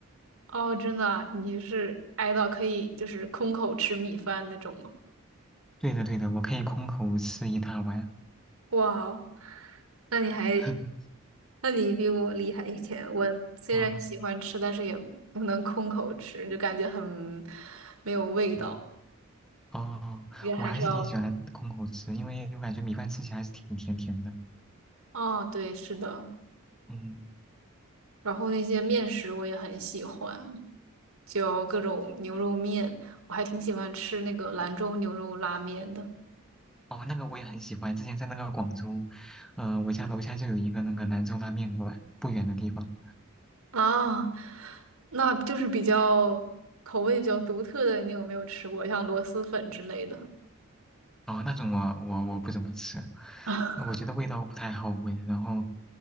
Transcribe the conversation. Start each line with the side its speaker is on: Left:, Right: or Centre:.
Right: 哦，真的啊你就是爱到可以就是空口吃米饭那种吗？
Centre: 对的对的，我可以空口吃一大碗。
Right: 哇哦那你还
Centre: <laughs>
Right: 那你比我厉害一点。我虽然喜欢吃，
Centre: 嗯
Right: 但是也不能空口吃，就感觉很没有味道，
Centre: 嗯，哦，
Right: 也还是要。
Centre: 我还是挺喜欢空口吃，因为我感觉米饭吃起来还是挺甜甜的。
Right: 哦，对，是的。
Centre: 嗯，
Right: 然后那些面食我也很喜欢，就各种牛肉面，我还挺喜欢吃那个兰州牛肉拉面的
Centre: 哦，那个我也很喜欢，之前在那个广州，呃，我家楼下就有一个那个兰州拉面馆，不远的地方。
Right: 啊。那就是比较口味比较独特的，你有没有吃过像螺蛳粉之类的？
Centre: 哦，那种我我我不怎么吃，
Right: <laughs> 啊？
Centre: 我觉得味道不太好闻，然后